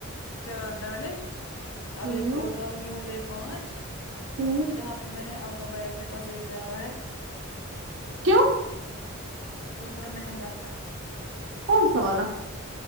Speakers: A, on the left; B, on the right.
A: چار ڈالے اب
B: ہوں
A: ایک اور ڈالوں گی ہو گئی پانچ
B: ہوں
A: یہاں پہ میں نے التاب ایک کے پاس ایک ڈالا ہے
B: کیوں
A: وہ تھوڑا مہنگا تھا
B: کونسا والا